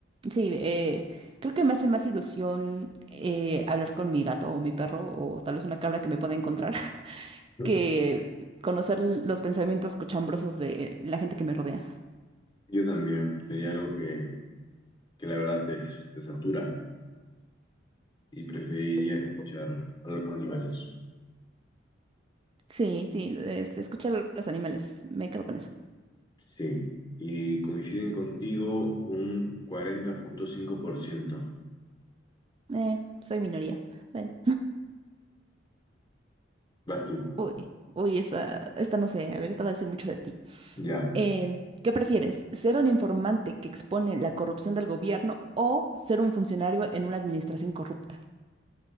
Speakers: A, on the right (about 30°); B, on the left (about 25°).
A: Sí, eh, creo que me hace más ilusión eh, hablar con mi gato o mi perro o tal vez una cabra que me pueda encontrar <laughs>
B: <laughs>
A: que conocer los pensamientos cochambrosos de la gente que me rodea.
B: Yo también, sería algo que, que la verdad te, te satura. y preferiría escuchar hablar con animales.
A: Sí, sí, este, escuchar a los animales, me quedo con eso.
B: Sí, y coinciden contigo un cuarenta punto cinco por ciento
A: Eh, soy minoría. Bueno.
B: Vas tú.
A: Uy, uy, esta, esta no sé, a ver, esta va a decir mucho de ti.
B: Ya,
A: Eh, ¿qué prefieres? ¿Ser un informante que expone la corrupción del gobierno o ser un funcionario en una administración corrupta?